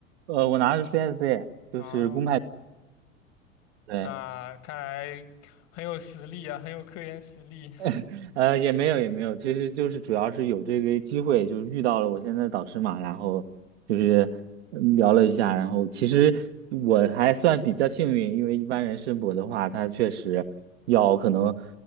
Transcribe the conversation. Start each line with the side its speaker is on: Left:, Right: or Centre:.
Right: 呃，我拿的是 CSC，就是公派。
Left: 啊
Right: 对
Left: 那看来很有实力啊，很有科研实力。
Right: <laughs>
Left: <laughs>
Right: 呃，也没有也没有，其实就是主要是有这个机会，就是遇到了我现在的导师嘛，然后就是嗯聊了一下，然后其实我还算比较幸运，因为一般人申博的话，他确实要可能